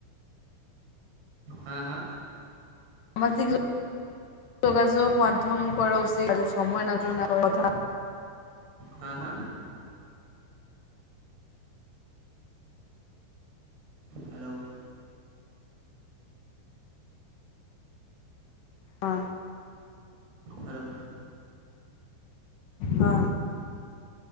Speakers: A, on the right; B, on the left.
A: হা হা।
B: সামাজিক যোগাযোগ মাধ্যম কৰা উচিত সময় নাটনি কথা।
A: হা হা। হেল্ল'।
B: অ।
A: হেল্ল'।
B: অ।